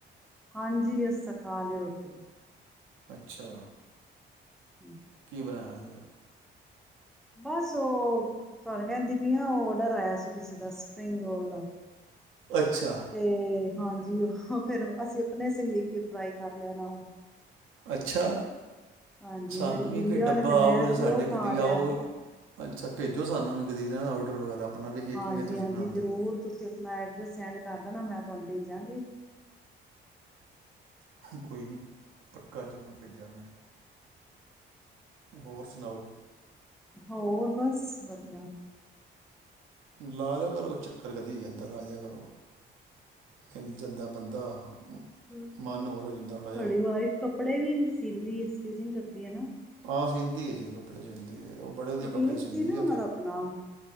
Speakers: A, in the centre; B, on the right.
A: ਹਾਂਜੀ, ਅਸੀਂ ਤਾਂ ਖਾ ਲਈ ਰੋਟੀ।
B: ਅੱਛਾ।
A: ਹੂੰ
B: ਕੀ ਬਣਾਇਆ ਸੀਗਾ।
A: ਬਸ ਉਹ ਤੁਹਾਨੂੰ ਕਹਿੰਦੀ ਪਈ ਆ ਆਰਡਰ ਆਇਆ ਸੀ ਕਿਸੇ ਦਾ ਸਪਰਿੰਗ ਰੋਲ ਦਾ।
B: ਅੱਛਾ।
A: ਤੇ ਹਾਂਜੀ, ਉਹ ਫਿਰ ਅਸੀਂ ਆਪਣੇ ਅਸੇ ਵੀ ਸੇ ਵੀ ਇੱਕ-ਇੱਕ ਫਰਾਈ ਕਰ ਲਿਆ ਨਾਲ।
B: ਅੱਛਾ।
A: ਹਾਂਜੀ,
B: ਸਾਨੂੰ
A: ਮੇਰੀ
B: ਵੀ
A: ਗੁੜੀਆ
B: ਕੋਈ ਡੱਬਾ
A: ਨੇ ਤੇ ਮੈਂ
B: ਆਓਗੇ
A: ਅਸੀ
B: ਤਾਂ ਸਾਡੇ
A: ਉਹ ਖਾ
B: ਕਦੀ
A: ਲਿਆ।
B: ਆਓ ਅੱਛਾ ਭੇਜੋ ਸਾਨੂੰ ਵੀ ਕਦੀ ਇਹ ਨਾ ਆਰਡਰ ਵਗੈਰਾ। ਆਪਣਾ ਵੇਖੀਏ
A: ਹਾਂਜੀ-ਹਾਂਜੀ,
B: ਕਿਵੇਂ ਤੁਸੀਂ ਬਣਾਉਂਦੇ
A: ਜ਼ਰੂਰ
B: ਹੋ
A: ਤੁਸੀਂ- ਆਪਣਾ ਐਡਰੈਸ ਸੈਂਡ ਕਰ ਦੇਣਾ ਮੈਂ ਤੁਹਾਨੂੰ ਭੇਜਾਂਗੀ।
B: ਕੋਈ ਨਹੀਂ। ਪੱਕਾ ਜ਼ਰੂਰ ਭੇਜਾਗੇ। ਹੋਰ ਸੁਣਾਓ।
A: ਹੋਰ, ਬਸ ਵਧੀਆ।
B: ਲਾ ਲਿਆ ਕਰੋ ਕੋਈ ਚੱਕਰ ਕਦੀ ਇਧਰ ਆ ਜਾਇਆ ਕਰੋ ਮਿਲ ਜਾਂਦਾ ਬੰਦਾ। ਮ-
A: ਹਮ ਤੁਹਾਡੀ
B: ਮਨ ਹੋਰ ਹੋ ਜਾਂਦਾ ਥੋੜ੍ਹਾ ਜਿਹਾ
A: ਵਾਈਫ ਕੱਪੜੇ ਵੀ ਸੀਂਦੀ ਏ। ਸਟੀਚਿੰਗ ਕਰਦੀ ਹੈ ਨਾ।
B: ਹਾਂ ਸਿਂਦੀ ਹੈ ਜੀ ਕੱਪੜੇ ਸਿਂਦੀ ਹੈ। ਉਹ ਬੜੇ ਵਧੀਆ
A: ਬੁਟੀਕ
B: ਕਪੜੇ ਸੀਂਦੀ
A: ਸੀ ਨਾ
B: ਹੈ
A: ਉਹਨਾਂ
B: ਉਹ ਤੇ,
A: ਦਾ ਆਪਣਾ